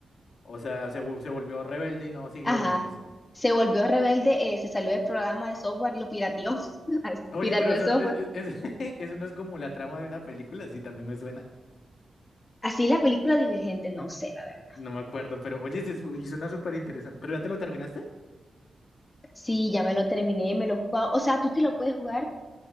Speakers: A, on the left (about 80°); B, on the left (about 25°).
A: O sea, se, vol- se volvió rebelde y no sigue
B: Ajá.
A: órdenes.
B: Se volvió rebelde, eh, se salió del programa de software, lo pirateó, <laughs>
A: Oye,
B: pirateó
A: pero eso,
B: el software.
A: no- es, es- es- <laughs> eso no es como la trama de una película, sí, también me suena.
B: Así la película Divergente, no sé, la verdad.
A: No me acuerdo, pero oye, se su- y suena súper interesante. ¿Pero ya te lo terminaste?
B: Sí, ya me lo terminé, me lo he jugado. O sea, tú te lo puedes jugar